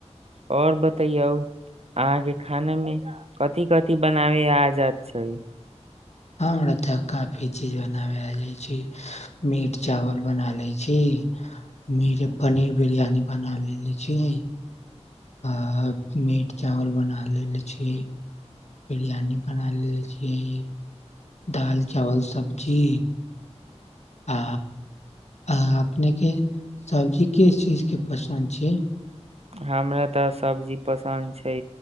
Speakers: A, on the right (about 60°); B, on the left (about 70°).
A: आओर बतैयौ अहाँके खाना मे कथिी कथि बनावे आजाद छै
B: हमँ हमरा तऽ काफी चीज बनाबै आ जाइ छै मीट चावल बना लैत छी मट पनीर बिरयानी बना लेे छीै आ मीट चावल बना लेले छियै बिरियानी बना लेले छियै दाल चावल सब्जी आ आ ने के सब्जी किस चीज के पसन्द छियै
A: हमरा तऽ सब्जी पसन्द छै